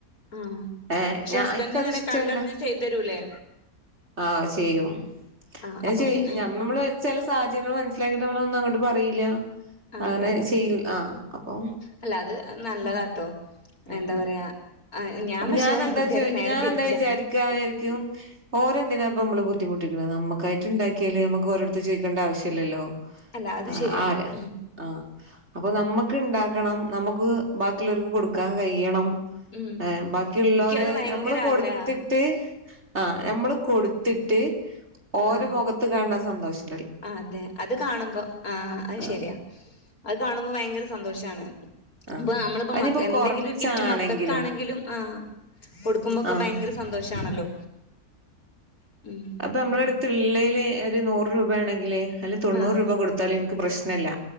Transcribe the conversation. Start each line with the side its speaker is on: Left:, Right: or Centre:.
Left: ആഹ്
Right: ഏഹേ
Left: പക്ഷെ
Right: ഞ
Left: ഹസ്ബൻഡ്
Right: ഇൻക്കത്
Left: ഇങ്ങനെ
Right: ഇഷ് ട്ടല്ല
Left: കണ്ടറിഞ്ഞ് ചെയ്ത് തരൂലേ?
Right: ആഹ് അത് ചെയ്യും
Left: ആഹ്
Right: ഞാൻ
Left: അപ്പൊ
Right: ചെയ്യും
Left: പിന്നെ
Right: ഞ്ഞമ്മള് ചെല സാഹചര്യങ്ങള് മനസിലാക്കിയിട്ട് നമ്മളൊന്നും അങ്ങട്ട് പറീല്ല
Left: അതെ
Right: അങ്ങനെ
Left: അതെ.
Right: ചെയ്യൂ ആഹ് അപ്പൊ
Left: അല്ല അത് നല്ലതാട്ടോ
Right: ഉം ഉം
Left: എന്താ പറയാ ഞാൻ
Right: അപ്പൊ
Left: പക്ഷെ
Right: ഞാനെന്താ
Left: ഭയങ്കര
Right: ചോ
Left: നേരെ
Right: ഞാൻ
Left: തിരിച്ചാ
Right: എന്താ വിചാരിക്കാ ശരിക്കും ഓരെ എന്തിനാപ്പം നമ്മള് ബുദ്ധിമുട്ടിക്ക്ണെ നമ്മക്കായിട്ട് ഇണ്ടാക്കിയല് നമ്മക്ക് ഓലടുത്ത് ചോയിക്കേണ്ട ആവശ്യല്ലല്ലോ?
Left: അല്ല അത്
Right: ആഹ്
Left: ശരിയാ
Right: ആരാ
Left: ഉം
Right: ആഹ് അപ്പൊ നമ്മക്ക് ഇണ്ടാക്കണം നമ്മക്ക് ബാക്കിയുള്ളോർക്ക് കൊടുക്കാൻ കഴിയണം
Left: ഉം
Right: ഏഹ് ബാക്കി ഇള്ളോരെ
Left: എനിക്കത് ഭയങ്കര
Right: നമ്മള് കൊടു
Left: ആഗ്രഹാ
Right: ത്തിട്ട് ആഹ് നമ്മള് കൊടുത്തിട്ട് ഓരെ
Left: ആഹ്
Right: മുഖത്ത് കാണ്ന്ന ആ സന്തോഷം
Left: അതെ അത് കാണുമ്പോ ആഹ് അത്
Right: ആ
Left: ശരിയാ അത് കാണുമ്പോ ഭയങ്കര സന്തോഷാണ്
Right: ആ
Left: ഇപ്പൊ നമ്മള്പ്പോ
Right: അതിനിപ്പോ
Left: മകക്ക് എന്തെങ്കിലും
Right: കൊറച്ചാണെങ്കിലും
Left: ഒരു ഗിഫ്റ്റ് മക്കക്കാണെങ്കിലും ആഹ് കൊടുക്കുമ്പോക്കെ
Right: ആഹ്
Left: ഭയങ്കര സ സന്തോഷാണല്ലോ?
Right: ഉം
Left: ഉം
Right: ഇപ്പ നമ്മടെ അടുത്ത് ഇള്ളേല് ഒരു നൂറ് രൂപയാണെങ്കില് അയില് തൊണ്ണൂറ്
Left: ആഹ്
Right: രൂപ കൊടുത്താലും ഇൻക്ക് പ്രശ്നല്ല